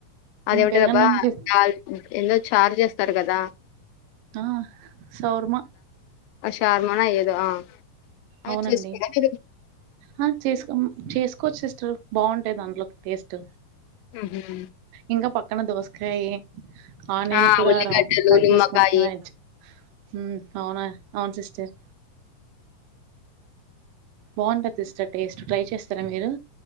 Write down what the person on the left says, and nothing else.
అదేమింటిదబ్బా
చ ఎందో చారు జేస్తరు గదా!
షార్మనొ ఏదో ఆ అవి
చేసుకోరా మీరు
హుహు.
ఆ
ఉల్లిగడ్డలు
నిమ్మకాయి